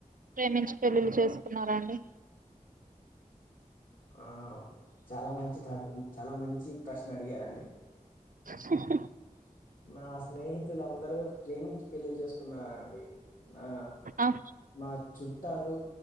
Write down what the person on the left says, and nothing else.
ఆ చాలా మంచి తరు చాలా మంచి ప్రశ్న అడిగారండి.
నా స్నేహితుల్ అందరూ ప్రేమించి పెళ్ళిలు చేసుకున్నారా అండి నా
నా చుట్టాలు